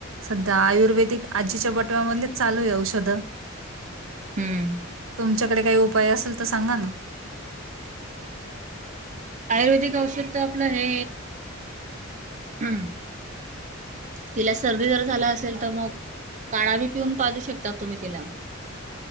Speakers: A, on the right; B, on the right.
A: सध्या आयुर्वेदिक आजीच्या बटव्यामधले चालू आहे औषध
B: हम्म
A: तुमच्याकडे काही उपाय असेल तर सांगा ना
B: आयुर्वेदिक औषध तर आपलं हे हम् तिला सर्दी जर झाला असेल तर मग काढा बी पिऊन पाजू शकतात तुम्ही तिला